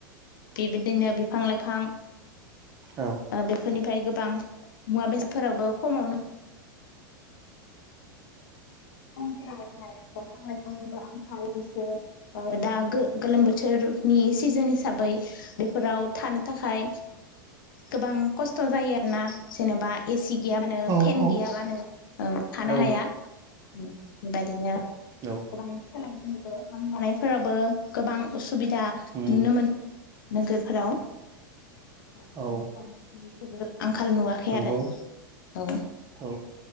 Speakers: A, on the left; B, on the right.
A: बेबायदिनो बिफां लाइफां।
B: औ
A: ओ बेफोरनिफ्राय गो गोबां मुवा बेसादफोरावबो खमावनो <unintelligible> <unintelligible> <unintelligible> दा गो-गोलोम बोथोरनि सिजोन हिसाबै बेफोराव। थानो थाखाय गोबां खस्थ' जायो आरोना। जेनेबा एसि गैयाबानो
B: औ
A: फेन गैयाबानो थानो
B: औ
A: हाया बेबायदिनो
B: औ
A: गोबां सोलायनो नुदों लानायफोरावाबो गोबां <unintelligible> सुबिदा
B: उम
A: नुनो मो <unintelligible> नोगोरफोराव <unintelligible>
B: औ
A: <unintelligible> आंखाल नुवाखै
B: नंगौ
A: आरो औ
B: औ